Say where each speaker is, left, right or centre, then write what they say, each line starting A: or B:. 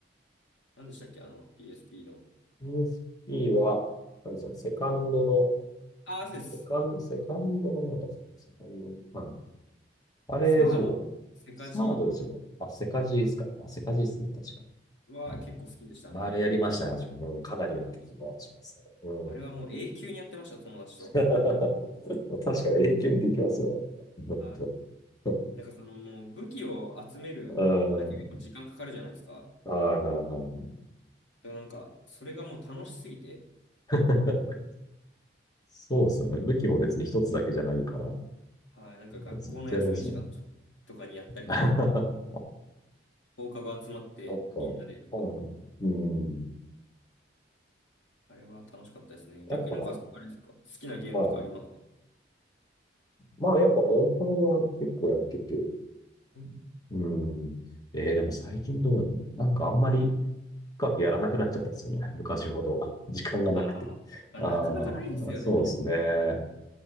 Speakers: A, on the left; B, on the left.
A: 何でしたっけあの、PSP の。
B: u s p は、何ですか、セカンドの、
A: ああ、そうです。
B: セカン、セカンドのなんだったっけ、セカンドの。はい。あれ、
A: サード、
B: そう。
A: セカジ
B: サードですよね。あ、セカジーですか。あ、セカジーですね、確か。
A: は結構好きでしたね。
B: うん、あれやりましたよ。私もうん、かなりやってきた気がしますね。
A: はい。
B: うん。
A: あれはもう永久にやってました、友達と。
B: <laughs> 確かに永久にできますよ。もっと。
A: はい。
B: <laughs>
A: なんかそのもう武器を集めるだけでも時間かかるじゃないですか。
B: うん。はいはいはいは
A: でもなんか、それがもう楽しすぎて、
B: い。<laughs> そうですよね。武器も別に一つだけじゃないから、も
A: はい、なんか学校の休み時間ととかにやったりとか、
B: うずっとやりますよね。<laughs> ああ、
A: 放課後集まってみんなでとか。
B: なんか、はい、うん。
A: あれは楽しかったですね。
B: やっぱ、
A: 逆になんか、あれですか好きなゲームとかありますか
B: まあ、まあ、やっぱ、モンハンは結構やってて、
A: うん
B: うん。えー、でも最近どうなんだろう。なんかあんまり深くやらなくなっちゃったんですよね。昔ほど。<laughs> 時間がなくて。
A: あーまあ、
B: ああ、
A: なかなかないですよね。
B: そうですね。